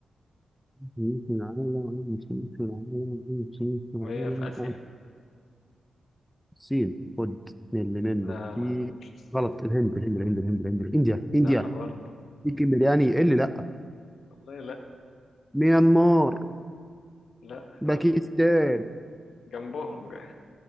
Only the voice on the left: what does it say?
وهي
في آسيا
لا
لا لا مش الصين
لا
برضه
والله لا
لا
برضه جنبهم جاي